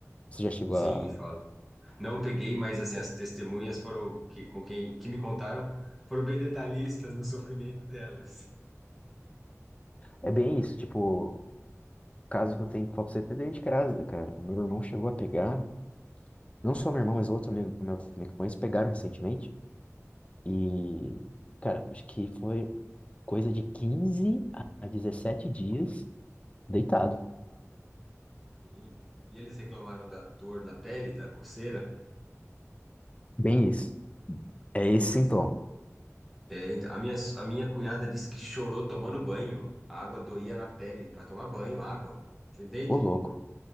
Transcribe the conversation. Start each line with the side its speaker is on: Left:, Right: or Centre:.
Left: Você já chegou
Centre: sim,
Left: a.
Centre: fala. Não peguei, mas assim, as testemunhas foram que com quem que me contaram foram bem detalhistas no sofrimento delas.
Left: É bem isso, tipo, o caso que eu tenho que falar pra você é até dentro de casa, cara. O meu irmão chegou a pegar, não só meu irmão, mas outro amigo meu também que eu conheço, pegaram recentemente. E, cara, acho que foi coisa de quinze a 17 dias deitado.
Centre: Sim. E eles reclamaram da dor na pele, da coceira.
Left: Bem isso. É esse
Centre: Pois
Left: sintoma,
Centre: é. É, então, a minha, a minha cunhada disse que chorou tomando banho. A água doía na pele para tomar banho, água. Você entende?
Left: Ô, louco.